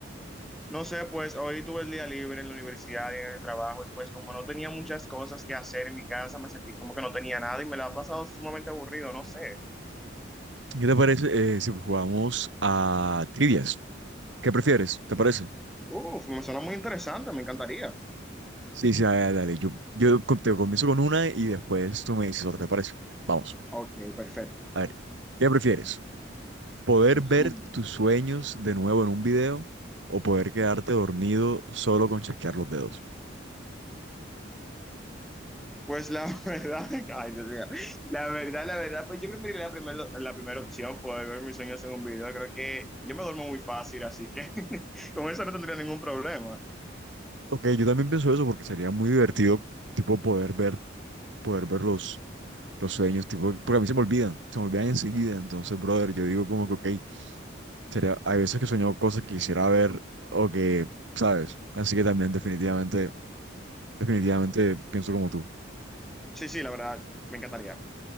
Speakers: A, in the centre; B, on the right (about 70°).
A: No sé, pues hoy tuve el día libre en la universidad y en el trabajo y pues como no tenía muchas cosas que hacer en mi casa, me sentí como que no tenía nada y me la ha pasado sumamente aburrido, no sé.
B: ¿Qué te parece eh, si jugamos a trivias? ¿Qué prefieres? ¿Te parece?
A: Uf, me suena muy interesante, me encantaría.
B: Sí, sí, dale, dale. Yo, yo co- te comienzo con una y después tú me dices otra, ¿te parece? Vamos,
A: Ok, perfecto.
B: a ver. ¿Qué prefieres? ¿Poder
A: <laughs>
B: ver tus sueños de nuevo en un video o poder quedarte dormido solo con chasquear los dedos?
A: Pues la <laughs> verdad, ay Dios mío, la verdad, la verdad, pues yo preferiría la, primer- la primera opción, poder ver mis sueños en un video. Creo que yo me duermo muy fácil, así que <laughs> con eso no tendría ningún problema.
B: Ok, yo también pienso eso porque sería muy divertido, tipo, poder ver, poder ver los, los sueños, tipo, porque a mí se me olvidan, se me olvidan enseguida. Entonces, brother, yo digo como que, ok, sería, hay veces que he soñado cosas que quisiera ver o que, ¿sabes? Así que también definitivamente, definitivamente pienso como tú.
A: Sí, sí, la verdad, me encantaría.